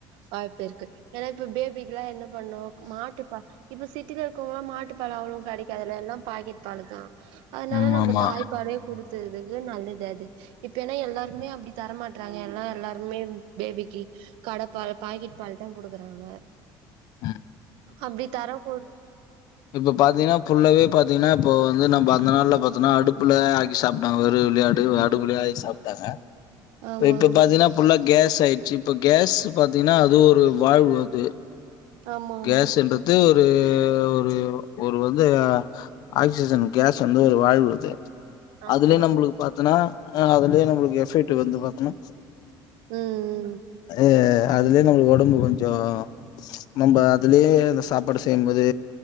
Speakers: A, on the right; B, on the left.
A: வாய்ப்பு இருக்குது ஏனா இப்ப பேபிக்கு எல்லா என்ன பண்ணு மாட்டுப்பா இப்ப சிட்டில இருக்கவங்கல்லா மாட்டுப்பால் அவ்வள கெடைகாதுல எல்லா பாக்கெட் பாலு தா அதனால
B: ம்
A: நம்ம
B: ஆமா
A: தாய்ப்பால்லே கொடுத்ததுகு நல்லது அது இப்ப ஏன்னா எல்லாருமே அப்டி தரமாட்டறாங்க ஏன்னா எல்லாருமே பேபிக்கி கடப்பால் பாக்கெட் பாலு தா கொடுக்குறாங்க
B: ம்
A: அப்டி தரம்போ
B: இப்போ பாத்தீங்கன்னா புல்லாவே பாத்தீங்ன்னா இப்போ வந்து நம்ம அந்த நாள்ல பாத்தனா அடுப்புல ஆக்கி சாப்ட்டா வெறு வெளையா விளயாட் அப்புடியாயி சாப்ட்டாங்க
A: ஆமா
B: இப் இப்ப பாத்தீங்கனா புல்லா கேஸ் ஆயிடுச்சு இப்ப கேஸ் பாத்தீங்ன்னா அது ஒரு வாழ்வு இது
A: ஆமா ஆமா
B: கேஸ்ன்றது ஒரு ஒரு ஒரு வந்து ஆக்சிஜன் கேஸ் வந்து ஒரு வாய்வு அது
A: ஆமா
B: அதுலயே
A: ஆமா
B: நம்மளுக்கு பாத்தனா அதுலே நம்மளுக்கு எஃபெக்ட் வந்து பாத்தனா
A: ம்ம்
B: அது அதுலயே நம்மளுக் ஒடம்பு கொஞ்சோ நம்ந அதுலயே அந்த சாப்பாடு செய்யும்போது